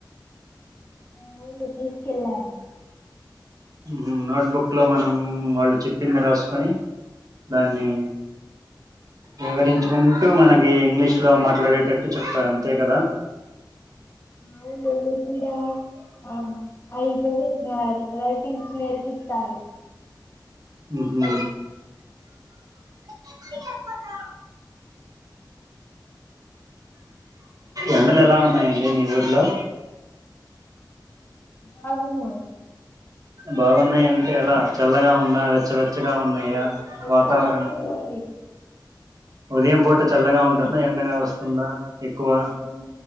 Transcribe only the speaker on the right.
ఉహు నోట్బుక్ లో మనం వాళ్ళు చెప్పింది రాసుకొని దాన్ని వివరించుకుంటూ మనకి ఇంగ్లీష్ లో మాట్లాడేటట్టు చెప్తారు అంతే కదా
ఉహు ఎ ఎండలు ఎలా ఉన్నాయండి మి ఊర్లో
బాగున్నాయంటె ఎలా చల్లగా ఉందా వెచ్ చ్చ వెచ్చగా ఉన్నాయా
వాతావరణం
ఉదయం పూట చల్లగా ఉంటుందా ఎండగా వస్తుందా ఎక్కువ